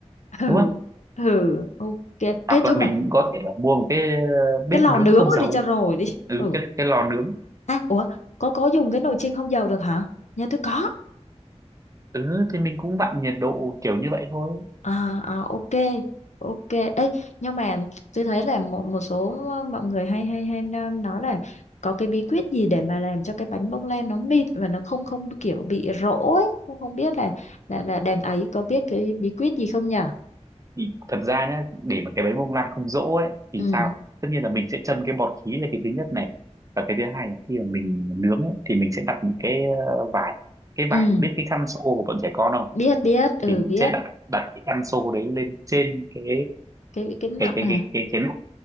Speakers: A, on the left; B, on the right.
A: ừ
B: đúng không
A: ừ ok
B: hoặc
A: ê thôi
B: là
A: mà
B: mình có thể là mua một cái ờ, bếp
A: cái lò
B: nướng
A: nướng
B: không
A: này
B: dầu
A: đi cho rồi đi
B: ừ,
A: ừ
B: cái cái lò nướng
A: à, ủa có có dùng cái nồi chiên không dầu được hả nhà tôi có
B: ừ thì mình cũng vặn nhiệt độ kiểu như vậy thôi
A: À, à ok ok ấy nhưng mà tôi thấy là một một số ờ, mọi người hay hay hay nói là có cái bí quyết gì để mà làm cho cái bánh bông lan nó mịn và nó không không kiểu bị rỗ ấy không không biết là là là đàn ấy có biết cái bí quyết gì không nhỉ?
B: thì thật ra nhé để mà cái bánh bông lan không dỗ ấy thì
A: ừ
B: sao tất nhiên là mình sẽ châm cái bọt khí là cái thứ nhất này và cái thứ hai là khi mà mình nướng ấy thì mình sẽ đặt một cái ờ, vải cái
A: ừ
B: vải biết cái khăn xô của bọn trẻ con không
A: biết biết ừ
B: thì mình
A: biết
B: sẽ đặt đặt cái khăn xô đấy lên trên cái
A: cái cái mặt
B: cái cái
A: hả
B: cái cái cái nắp